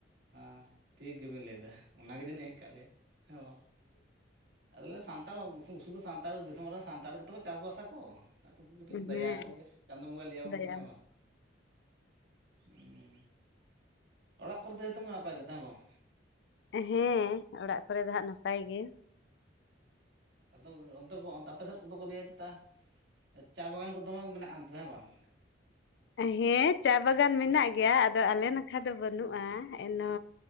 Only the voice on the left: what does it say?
ᱦᱮᱸ
ᱦᱮᱸ
ᱫᱟᱭᱟ
ᱦᱮᱸ ᱚᱲᱟᱜ ᱠᱚᱨᱮ ᱫᱚ ᱦᱟᱸᱜ ᱱᱟᱯᱟᱭ ᱜᱮ
ᱦᱮᱸ ᱪᱟ ᱵᱟᱜᱟᱱ ᱢᱮᱱᱟᱜ ᱜᱮᱭᱟ ᱟᱫᱚ ᱟᱞᱮ ᱱᱟᱠᱷᱟ ᱫᱚ ᱵᱟᱹᱱᱩᱜ-ᱟ ᱮᱱᱚ